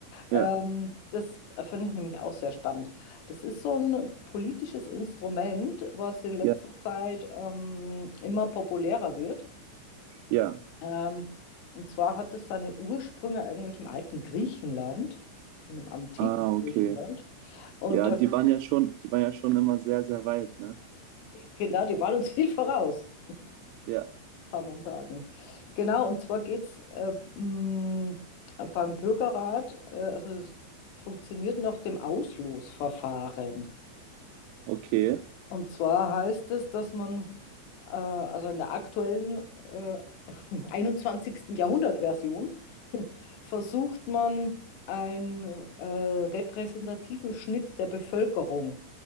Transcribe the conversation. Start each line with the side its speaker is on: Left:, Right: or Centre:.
Right: Ja,
Left: Ähm, das finde ich nämlich auch sehr spannend. Das ist so ein politisches Instrument, was in letzter
Right: ja,
Left: Zeit ähm, immer populärer wird.
Right: ja.
Left: Ähm, und zwar hat es seine Ursprünge eigentlich im alten Griechenland, in dem antiken
Right: Ah, okay.
Left: Griechenland. Und
Right: Ja,
Left: da,
Right: die waren ja schon, die waren ja schon immer sehr, sehr weit, ne?
Left: genau, die waren uns viel voraus.
Right: Ja,
Left: kann man sagen. Genau, und zwar geht es äh, m, beim Bürgerrat, äh, also es funktioniert nach dem Auslosverfahren.
Right: okay.
Left: Und zwar heißt es, dass man, äh, also in der aktuellen äh, <laughs> 21. Jahrhundert-Version, <laughs> versucht man einen äh, repräsentativen Schnitt der Bevölkerung